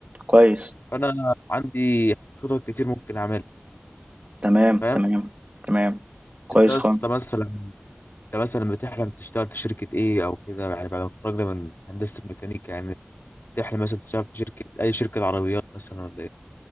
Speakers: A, on the right; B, on the left.
A: كويس
B: فأنا عندي خطط كتير ممكن أعملها
A: تمام
B: فاهم
A: تمام تمام كويس
B: انت يا اسطى
A: خالص
B: مثلا انت مثلا بتحلم تشتغل في شركه ايه او كده يعني بعد ما تتخرج من هندسه الميكانيكا يعني تحلم مثلا تشتغل في شركه اي شركه عربيات مثلا ولا ايه